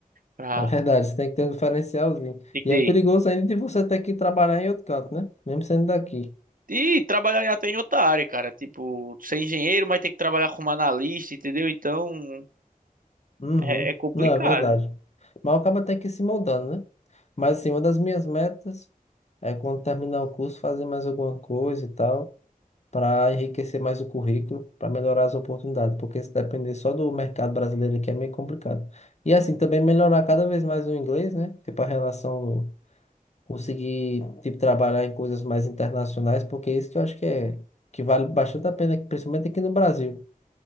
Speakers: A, on the right (about 65°); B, on the left (about 50°).
A: Pra
B: É verdade, você tem que ter um diferencialzinho.
A: entender.
B: E é perigoso ainda de você ter que trabalhar em outro canto, né? Mesmo sendo daqui.
A: E trabalhar até em outra área, cara. Tipo, ser engenheiro, mas tem que trabalhar como analista, entendeu? Então,
B: Uhum.
A: é, é complicado.
B: Não, é verdade. Mas acaba até que se moldando, né? Mas assim, uma das minhas metas é quando terminar o curso, fazer mais alguma coisa e tal. para enriquecer mais o currículo, para melhorar as oportunidades, porque se depender só do mercado brasileiro aqui é meio complicado. E assim, também melhorar cada vez mais o inglês, né? Tipo, a relação, conseguir, tipo, trabalhar em coisas mais internacionais, porque é isso que eu acho que é, que vale bastante a pena, principalmente aqui no Brasil,